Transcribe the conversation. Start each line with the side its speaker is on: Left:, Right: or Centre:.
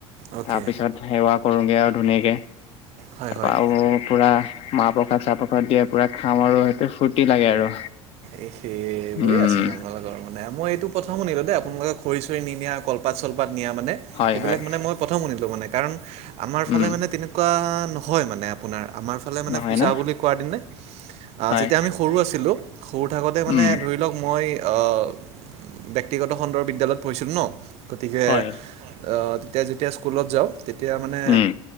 Right: অ'কে
Left: তাৰপিছত সেৱা কৰোগে আৰু ধুনীয়াকে
Right: হয়
Left: তাৰপা
Right: হয়
Left: আৰু পুৰা, মাহ প্ৰসাদ চাহ প্ৰ <unintelligible> দিয়ে পুৰা খাওঁ আৰু সেইটো ফূুৰ্তি লাগে আৰু,
Right: এই সেই বঢ়িয়াচোন
Left: উম।
Right: আপোনালোকৰ মানে মই এইটো প্ৰথম শুনিলো দে, আপোনালোকে। <unintelligible> নি নিয়া কলপাত চলপাত নিয়া মানে
Left: হয়
Right: এইবিলাক
Left: হয়
Right: মানে মই প্ৰথম শুনিলো মানে কাৰণ, আমাৰ ফালে
Left: উম
Right: মানে তেনেকুৱা নহয় মানে আপোনাৰ আমাৰ ফালে মানে
Left: নহয়
Right: পূজা
Left: ন
Right: বুলি কোৱাৰ দিনে। আহ
Left: হয়
Right: যেতিয়া আমি সৰু আছিলো সৰু থাকোতে মানে
Left: উম
Right: ধৰি লওক মই আহ, ব্যক্তিগত খণ্ডৰ বিদ্যালয়ত পঢ়িছিলো ন গতিকে
Left: হয়
Right: আহ, তেতিয়া যেতিয়া স্কুলত যাওঁ তেতিয়া মানে
Left: উম